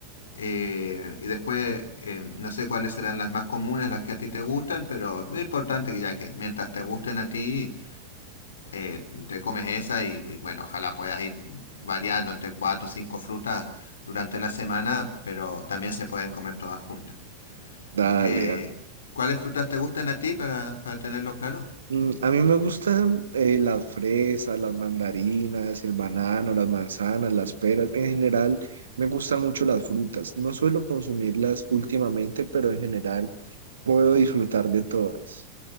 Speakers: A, on the left; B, on the right.
A: Eh, y después, eh, no sé cuáles serán las más comunes, las que a ti te gustan, pero es importante que ya que mientras te gusten a ti, eh, te comes esa y, y bueno, ojalá puedas ir variando entre cuatro o cinco frutas durante la semana, pero también se pueden comer todas juntas.
B: Dale,
A: Eh,
B: da-
A: ¿cuáles frutas te gustan a ti para, para tenerlo claro?
B: Mm, A mí me gustan eh, las fresas, las mandarinas, el banano, las manzanas, las peras. En general, me gustan mucho las frutas. No suelo consumirlas últimamente, pero en general puedo disfrutar de todas.